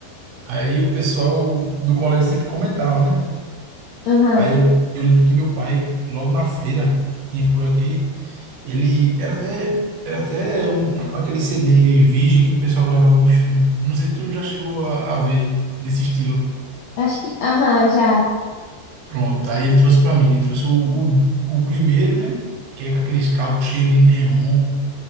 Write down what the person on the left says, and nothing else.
aham.
Acho que... Aham, já.